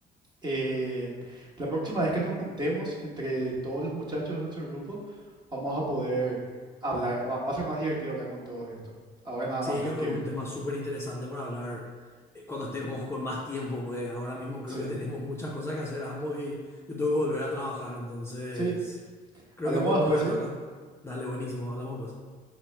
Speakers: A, on the right; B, on the left.
A: eh, la próxima vez que nos juntemos entre todos los muchachos dentro del grupo, vamos a poder hablar, va, va a ser más divertido hablar con todos esto. Ahora nada
B: Sí,
A: más tengo
B: yo creo
A: que irme.
B: que es un tema súper interesante para hablar eh, cuando estemos con más tiempo, pues ahora mismo creo
A: Sí,
B: que tenemos muchas cosas que hacer ambos y yo tengo que volver a trabajar, entonces
A: sí,
B: creo
A: hablamos
B: que podemos
A: después,
B: dejar
A: ¿sí?
B: esto acá. Dale, buenísimo, hablamos pues.